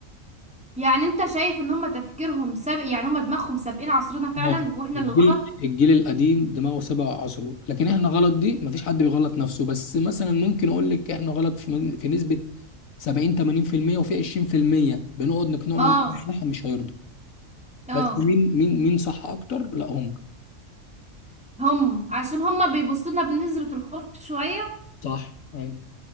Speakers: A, in the centre; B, on the left.
A: يعني انت شايف ان هما تفكيرهم سابق يعني هما دماغهم سابقين عصرنا فعلا
B: آه.
A: واحنا
B: الجيل
A: اللي غلط
B: الجيل القديم دماغه سبع عصره لكن احنا غلط دي مفيش حد بيغلط نفسه بس مثلا ممكن اقول لك احنا غلط في من- في نسبة 70 80% وفي 20% بنقعد نقنعهم
A: اه
B: إن احنا مش هيرضوا
A: اه
B: بس مين مين مين صح اكتر لا هم
A: هم عشان هما بيبصوا لنا بنظرة الخوف شوية
B: صح أيوة.